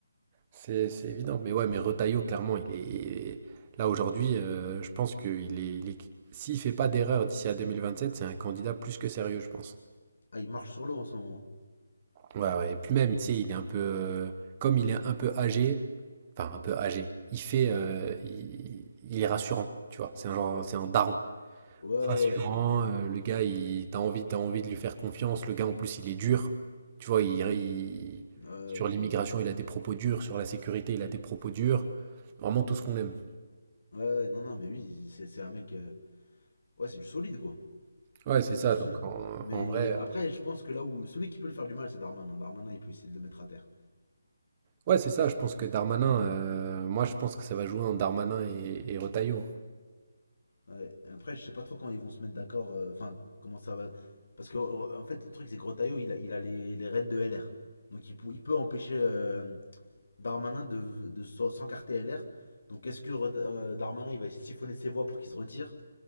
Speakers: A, on the right (about 15°); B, on the left (about 50°).
A: c'est c'est évident. Mais ouais, mais Retailleau, clairement, il est. Là, aujourd'hui, euh, je pense qu'il est. il est- S'il fait pas d'erreur d'ici à 2027, c'est un candidat plus que sérieux, je pense.
B: Ah, il marche sur l'eau en ce moment.
A: Ouais, ouais. Et puis même, tu sais, il est un peu. euh, Comme il est un peu âgé, enfin, un peu âgé, il fait. euh, il, il est rassurant, tu vois. C'est un genre. C'est un daron.
B: Ouais, ouais,
A: Rassurant,
B: ouais, c'est ça.
A: euh, le gars, il, t'as envie, t'as envie de lui faire confiance. Le gars, en plus, il est dur. Tu vois, il, il-
B: Ouais, ouais.
A: sur l'immigration, il a des propos durs. Sur la sécurité, il a des propos durs. Vraiment tout ce qu'on aime.
B: Ouais, ouais, ouais, non, non, mais oui, c'est c'est un mec. euh, Ouais, c'est du solide, quoi.
A: Ouais, c'est
B: C'est
A: ça.
B: du
A: Donc,
B: solide.
A: en,
B: Mais
A: en vrai.
B: après, je pense que là où. Celui qui peut le faire du mal, c'est Darmanin. Darmanin, il peut essayer de le mettre à terre.
A: Ouais, c'est ça. Je pense que Darmanin, euh, moi, je pense que ça va jouer en Darmanin et, et Retailleau. hein.
B: Ouais. Après, je sais pas trop quand ils vont se mettre d'accord. euh, Enfin, comment ça va. Parce que, en fait, le truc, c'est que Rotaillot, il a, il a les, les rênes de LR. Donc, il, pou- il peut empêcher euh, Darmanin de, de, de s'encarter LR. Donc est-ce que euh, Darmanin il va siphonner ses voix pour qu'il se retire